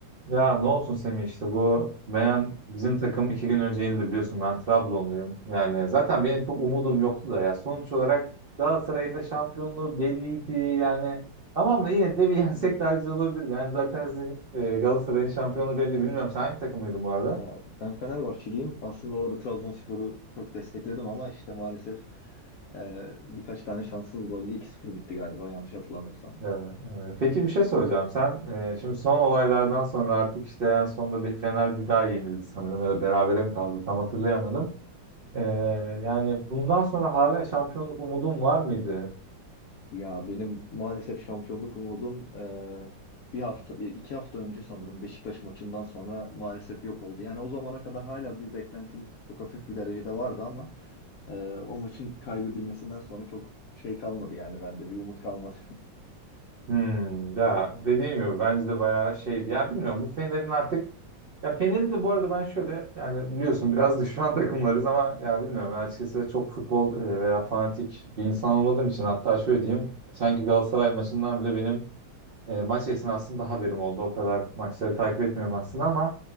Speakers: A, on the right (about 65°); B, on the left (about 80°).
A: Ya ne olsun Semih işte bu Meyan bizim takım iki gün önce yenildi biliyorsun ben Trabzonluyum. Yani zaten benim çok umudum yoktu da ya sonuç olarak Galatasaray'ın da şampiyonluğu belliydi yani. Tamam da yine de bir <laughs> yensek daha güzel olabilirdi. Yani zaten sizin, e, Galatasaray'ın şampiyonluğu belli bilmiyorum. Sen hangi takımlıydın bu arada?
B: Ya ben Fenerbahçeliyim. Aslında orada Trabzonspor'u çok destekledim ama işte maalesef e, birkaç tane şanssız golle iki sıfır bitti galiba yanlış hatırlamıyorsam.
A: Ee, e, peki bir şey soracağım. Sen e, şimdi son olaylardan sonra artık işte en sonunda bir Fener bir daha yenildi sanırım ya da berabere mi kaldı tam hatırlayamadım. Ee, yani bundan sonra hala şampiyonluk umudun var mıydı?
B: Ya benim maalesef şampiyonluk umudum e, bir hafta e, iki hafta önce sanırım Beşiktaş maçından sonra maalesef yok oldu. Yani o zamana kadar hala bir beklentim çok hafif bir derecede vardı ama e, o maçın kaybedilmesinden sonra çok şey kalmadı yani bende bir umut kalmadı. <laughs>
A: Hmm, ya dediğim gibi bence de bayağı şeydi. Ya bilmiyorum bu Fener'in artık ya Fener'i de bu arada ben şöyle yani biliyorsun biraz <laughs> düşman takımlarız ama ya bilmiyorum ben açıkçası çok futbol e, veya fanatik bir insan olmadığım için hatta şöyle diyeyim sanki Galatasaray maçından bile benim e, maç esnasında haberim oldu. O kadar maçları takip etmiyorum aslında ama